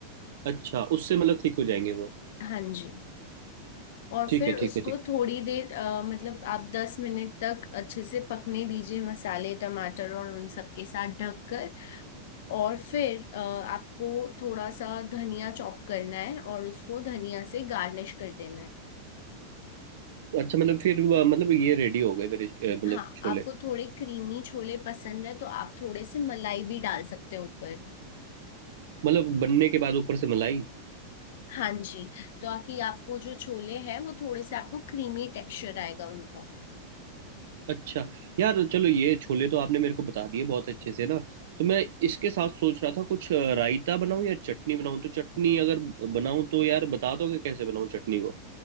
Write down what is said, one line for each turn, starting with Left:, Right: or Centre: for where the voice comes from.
Right: अच्छा उससे मतलब ठीक हो जाएंगे वो
Left: हाँ जी और
Right: ठीक
Left: फिर
Right: है
Left: उसको
Right: ठीक है ठीक
Left: थोड़ी देर अ, मतलब आप दस मिनट तक अच्छे से पकने दीजिए मसाले टमाटर और उन सब के साथ ढककर और फिर अ, आपको थोड़ा सा धनिया चॉप करना है और उसको धनिया से गार्निश कर देना है
Right: है अच्छा मतलब फिर वह- मतलब ये रेडी हो गए मेरे अ, मतलब
Left: हाँ
Right: छोले
Left: आपको थोड़े क्रीमी छोले पसंद है तो आप थोड़े से मलाई भी डाल सकते हो ऊपर
Right: मतलब बनने के बाद ऊपर से मलाई
Left: हाँ जी तो आकि आपको जो छोले हैं वो थोड़े से आपको क्रीमी टेक्सचर आएगा उनका
Right: अच्छा यार चलो ये छोले तो आपने मेरे को बता दिए बहुत अच्छे से ना तो मैं इसके साथ सोच रहा था कुछ अ, रायता बनाऊं या चटनी बनाऊं तो चटनी अगर बनाऊं तो यार बता दोगे कैसे बनाऊं चटनी को